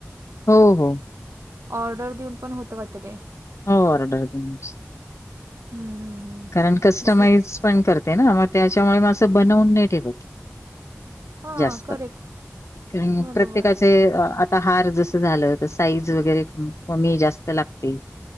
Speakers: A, on the left; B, on the right.
A: हो, हो,
B: ऑर्डर देऊन पण होत वाटत ते.
A: हो, वारडर देऊनच
B: हम्म, हम्म हम्म.
A: कारण कस्टमाइज
B: बघित
A: पण करते ना,, मग त्याच्यामुळे म असं बनवून नाही ठेवत.
B: हां
A: जास्त,
B: करेक्ट
A: कारन
B: बरोबर
A: प्रत्येकाचे आता हार जस झालं, तर साईज वगैरे कमी, जास्त लागते.